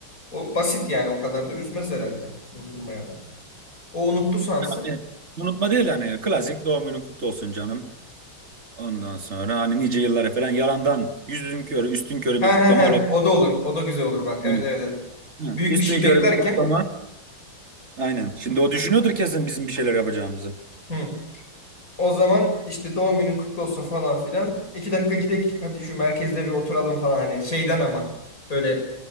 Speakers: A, on the left; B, on the right.
A: O basit yani o kadar da üzmez herhalde unutulmaya da. O unuttu sansın.
B: Hani unutma değil hani klasik doğum günün kutlu olsun canım. Ondan sonra hani nice yıllara falan yalandan yüzün körü üstün körü
A: He
B: bir
A: he
B: kutlama
A: he
B: olabilir.
A: o da olur. O da güzel olur bak. Evet
B: Yani,
A: evet evet.
B: hı,
A: Büyük
B: üstün
A: bir şey
B: körü
A: beklerken
B: bir kutlama. Aynen. Şimdi o düşünüyordur kesin bizim bir şeyler yapacağımızı.
A: hı. O zaman işte doğum günün kutlu olsun falan filan. İki dakika gidek hadi şu merkezde bir oturalım falan hani şeyden ama böyle